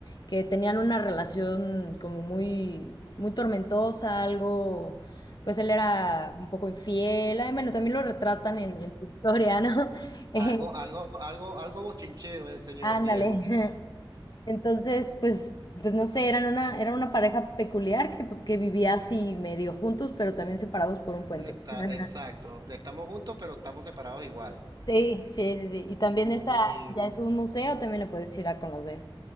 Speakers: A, on the left; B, on the right.
A: que tenían una relación como muy, muy tormentosa, algo, pues él era un poco infiel, ay, bueno, también lo retratan en, en su historia, ¿no? <laughs> Eh,
B: Algo, algo, algo, algo bochinchero el señor
A: ándale.
B: Diego.
A: Entonces, pues, pues no sé, eran una, era una pareja peculiar que, que vivía así medio juntos, pero también separados por un puente.
B: Está,
A: <laughs>
B: exacto, estamos juntos, pero estamos separados igual.
A: Sí, sí, sí, sí. Y también
B: Mm,
A: esa
B: Mi,
A: ya es un museo, también lo puedes ir a conocer.